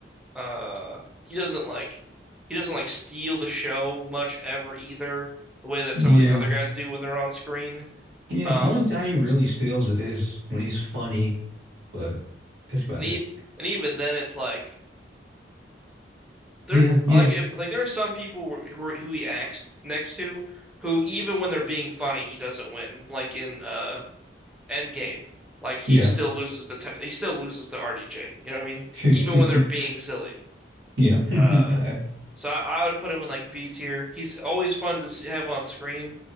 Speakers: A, in the centre; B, on the right.
A: Uh, he doesn't like he doesn't like steal the show much ever either, the way that
B: Yeah,
A: some of these other guys do when they're on screen.
B: yeah.
A: Um,
B: Only time he really steals it is when he's funny, but that's about
A: and
B: it.
A: he, and even then, it's like there
B: Yeah, yeah,
A: like if like there are some people who who who he acts next to who even when they're being funny, he doesn't win. Like in uh Endgame, like he
B: yeah.
A: still loses the t he still loses to RDJ. You know what I mean?
B: <laughs>
A: Even when they're being silly.
B: Yeah. <laughs>
A: Uh, So I, I would put him in like B tier. He's always fun to s- have on screen.